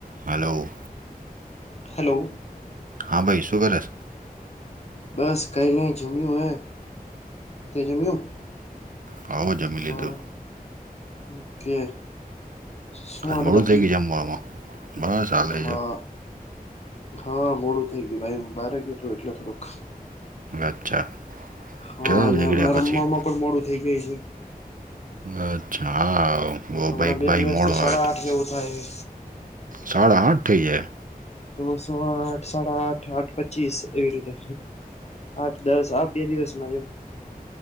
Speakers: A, on the right (about 60°); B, on the left (about 45°).
A: Hello.
B: Hello.
A: હા ભાઈ શું કરે છે?
B: બસ કઈને જમ્યું એ. તે જમ્યું?
A: હવે જમી
B: હા.
A: લીધું
B: ઓકે, સુંવાટ
A: આજ મોડું
B: બાકી.
A: થઈ ગયું જમવામાં બસ હાલે
B: હા,
A: જો
B: હા મોડું થઇ ગયું ભાઈ, હુ બારે ગયો તું એટલે થોડુંક.
A: અચ્છા.
B: હા,
A: કેટલા
B: અને
A: નીકળ્યા
B: હમણાં
A: પછી
B: રમવામાં પણ મોડું થઈ ગયું એ.
A: અચ્છા, હા બહ
B: હમણાં
A: ભાઈ
B: બે
A: ભાઈ
B: દિવસ
A: મોડો
B: થી
A: આયો
B: સાડા
A: તો.
B: આઠ જેવું થાય
A: સાડા અઠ થઈ ગયા.
B: તો સો આઠ સાડા આઠ આઠ પચીસ, એવી રીતે આઠ દસ બે દિવસમાં એમ.